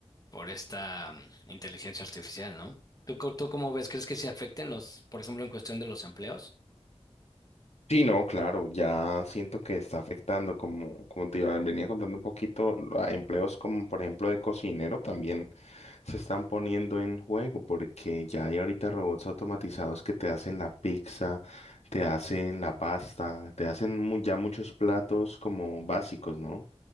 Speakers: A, on the left; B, on the left.
A: por esta mm, inteligencia artificial, ¿no? ¿Tú, co- tú cómo ves? ¿Crees que se afecten los, por ejemplo, en cuestión de los empleos?
B: Sí, no, claro, ya siento que está afectando, como, como te iba, venía contando un poquito, a empleos como por ejemplo de cocinero también se están poniendo en juego porque ya hay ahorita robots automatizados que te hacen la pizza, te hacen la pasta, te hacen mu- ya muchos platos como básicos, ¿no?